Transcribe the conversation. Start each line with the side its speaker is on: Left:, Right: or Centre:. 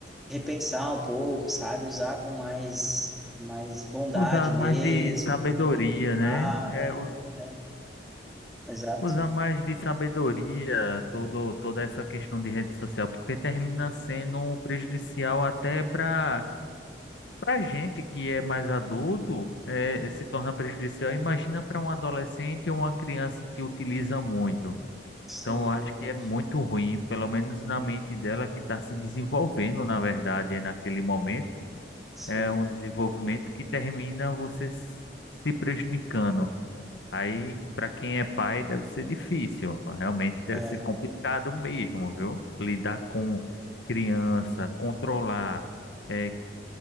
Centre: repensar um pouco, sabe? Usar com mais, mais bondade
Left: Usar
Centre: mesmo,
Left: mais de sabedoria,
Centre: incentivar,
Left: né? É,
Centre: né?
Left: u-
Centre: né? Exato.
Left: usar mais de sabedoria todo, toda essa questão de rede social, porque termina sendo um prejudicial até para para gente que é mais adulto, é, se torna prejudicial. Imagina para um adolescente ou uma criança que utiliza muito.
Centre: Sim,
Left: Então, eu acho
Centre: verdade.
Left: que é muito ruim, pelo menos na mente dela que está se desenvolvendo, na verdade, é naquele momento.
Centre: Sim.
Left: É um desenvolvimento que termina você s- se prejudicando. Aí,
Centre: Uhum.
Left: para quem é pai, deve ser difícil. Realmente
Centre: É,
Left: deve ser complicado mesmo, viu? Lidar com criança, controlar. é,